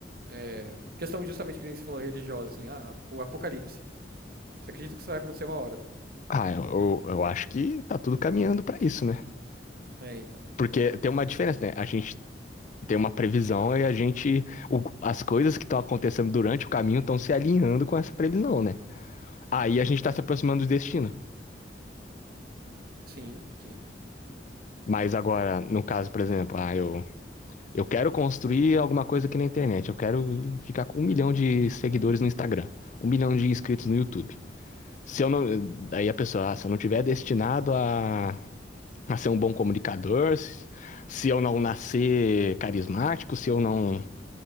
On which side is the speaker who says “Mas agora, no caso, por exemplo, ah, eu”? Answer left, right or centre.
Left